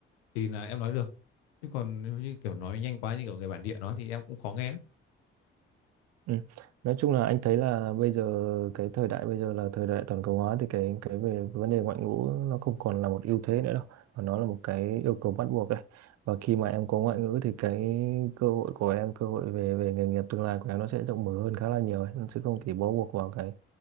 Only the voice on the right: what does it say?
Ừ. Nói chung là anh thấy là bây giờ cái thời đại bây giờ là thời đại toàn cầu hóa thì cái cái về vấn đề ngoại ngữ nó không còn là một ưu thế nữa đâu mà nó là một cái yêu cầu bắt buộc đấy và khi mà em có ngoại ngữ thì cái cơ hội của em cơ hội về về nghề nghiệp tương lai của em nó sẽ rộng mở hơn khá là nhiều ấy. Nó sẽ không chỉ bó buộc vào cái